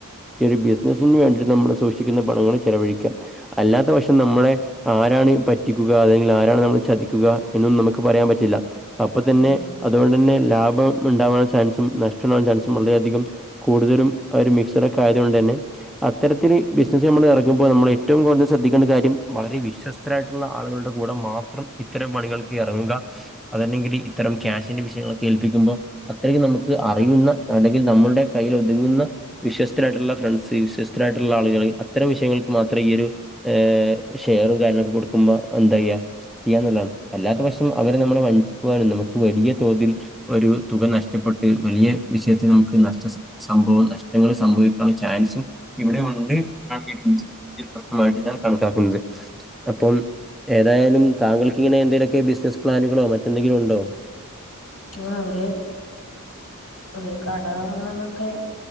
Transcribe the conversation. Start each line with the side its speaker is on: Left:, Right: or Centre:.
Centre: ഈ ഒരു ബിസിനസിന് വേണ്ടിട്ട് നമ്മൾ സൂക്ഷിക്കുന്ന പണങ്ങൾ ചെലവഴിക്കാം അല്ലാത്ത പക്ഷം നമ്മളെ ആരാണ് പ റ്റിക്കുക അല്ലെങ്കിൽ ആരാണ് നമ്മൾ ചതിക്കുക എന്നൊന്നും നമുക്ക് പറയാൻ പറ്റില്ല അപ്പൊ തന്നെ
Left: ഉം
Centre: അതുകൊണ്ടു തന്നെ ലാഭം ഉണ്ടാവുന്ന ചാൻസും നഷ്ട ചാൻസ് മുണ്ട് അധികം കൂടുതലും ഒരു മിക്സർ ഒക്കെ ആയതുകൊണ്ട് തന്നെ. അത്തരത്തില് ബിസിനസ് നമ്മൾ എറങ്ങുമ്പോ നമ്മൾ ഏറ്റവും കൂടുതൽ ശ്രദ്ധിക്കേണ്ട കര്യം വളരെ വിശ്വസ് ഇത്രരായിട്ടുള്ള ആളുകളുടെ കൂടെ മാത്രം ഇത്തരം പണികൾക്ക് ഇറങ്ങുക അതല്ലെങ്കിൽ ഇത്തരം ക്യാഷിന്റെ വിഷയങ്ങൾ കേൽപ്പിക്കുമ്പോ അത്രയ്ക്ക് നമുക്ക് അറിയുന്ന അല്ലെങ്കിൽ നമ്മുടെ കയ്യിൽ ഒതുങ്ങുന്ന വിശ്വസ്തരായിട്ടുള്ള ഫ്രണ്ട്സ്, വിശ്വസ്തരായിട്ടുള്ള ആളുകൾ അത്തരം വിഷയങ്ങൾക്ക് മാത്രേ ഈ ഒരു ഏ ഷെയറും കാര്യങ്ങളൊക്കെ കൊടുക്കുമ്പോ എന്താ ചെയ്യാ? ചെയ്യാന്നുള്ളാണ് അല്ലാത്ത പക്ഷം അവരെ നമ്മൾ വഞ്ചിക്കുവാനും നമുക്ക് വലിയ തോതിൽ ഒരു തുക നഷ്ടപ്പെട്ട് വലിയ വിഷയത്തിൽ നമുക്ക് നഷ്ട സ സംഭവം നഷ് നിങ്ങൾ സംഭവിക്കാള്ളെ ചാൻസും ഇവിടെ ഉണ്ട്. <unintelligible> പ്രശ്നമായിട്ട് ഞൻ കണക്കാക്കുന്നത് അപ്പം ഏതായാലും താങ്കൾ ഇങ്ങനെന്തെക്കെ ബിസിനസ് പ്ലാനുകളോ മറ്റെന്തങ്കിലും ഉണ്ടോ?
Left: ആ ഒര് ഒര് കട ന്നൊക്കെ